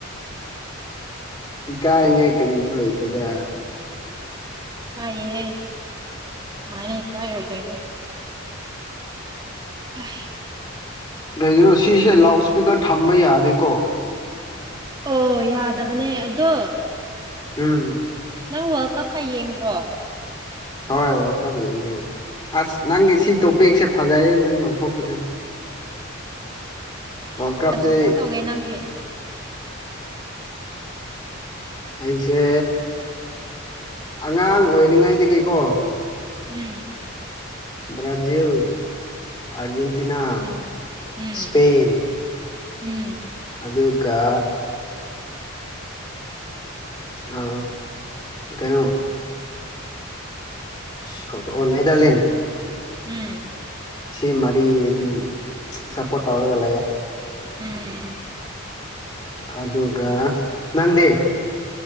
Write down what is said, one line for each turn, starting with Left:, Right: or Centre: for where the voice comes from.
Left: ꯏ ꯀꯥꯏ ꯉꯥꯏ ꯀꯔꯤꯁꯨ ꯂꯩꯇꯦꯗ
Right: ꯀꯥꯏꯑꯍꯦ ꯁꯃꯥꯏꯅ ꯀꯥꯏꯔꯣꯏꯗꯣꯏꯅꯣ ꯑ
Left: ꯀꯩꯒꯤꯅꯣ ꯁꯤꯁꯦ ꯂꯥꯎꯠ ꯏꯁꯄꯤꯀꯔ ꯊꯝꯕ ꯌꯥꯗꯦꯀꯣ
Right: ꯑꯣ ꯌꯥꯗꯕꯅꯦ ꯑꯗꯣ
Left: ꯎꯝ
Right: ꯅ ꯅꯪ ꯋꯥꯔꯜ ꯀꯞꯀ ꯌꯦꯡꯕ꯭ꯔꯣ
Left: ꯍꯣꯏ ꯋꯥꯀꯝ ꯌꯦꯡꯉꯦ ꯑꯁ ꯅꯪꯒꯤ ꯁꯤ ꯇꯣꯄꯦꯛꯁꯦ ꯐꯖꯩꯌꯦ ꯅꯪ ꯂꯧꯊꯣꯛꯄꯁꯦ ꯋꯥꯔꯜ ꯀꯞꯇꯤ
Right: ꯁꯞꯄꯣꯔꯠ ꯇꯧꯒꯦ ꯅꯪꯗꯤ
Left: ꯑꯩꯁꯦ ꯑꯉꯥꯡ ꯑꯣꯏꯔꯤꯉꯥꯏꯗꯒꯤꯀꯣ
Right: ꯎꯝ
Left: ꯕ꯭ꯔꯥꯖꯤꯜ ꯑꯔꯖꯦꯟꯇꯤꯅꯥ
Right: ꯎꯝ ꯎꯝ
Left: ꯏꯁ꯭ꯄꯦꯟ
Right: ꯎꯝ
Left: ꯑꯗꯨꯒꯗꯨ ꯀ ꯑ ꯀꯩꯅꯣ ꯁ ꯀ ꯑꯣ ꯅꯦꯗꯔꯂꯦꯟ
Right: ꯎꯝ
Left: ꯁꯤ ꯃꯔꯤ ꯑꯗꯨꯝ ꯁꯞꯄꯣꯔꯠ ꯇꯧꯔꯒ ꯂꯩꯑꯦ
Right: ꯎꯝ
Left: ꯑꯗꯨꯒ ꯅꯪꯗꯦ